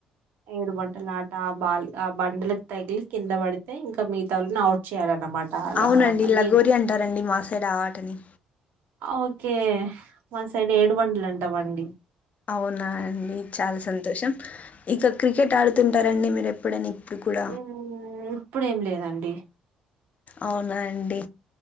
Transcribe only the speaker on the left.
అవునండి
లగోరి అంటారండి మా సైడ్ ఆ ఆటని
అవునా అండి చాలా సంతోషం ఇక క్రికెట్ ఆడుతుంటారండి మీరు ఎప్పుడైనా ఇప్పుడు కూడ
అవునా అండి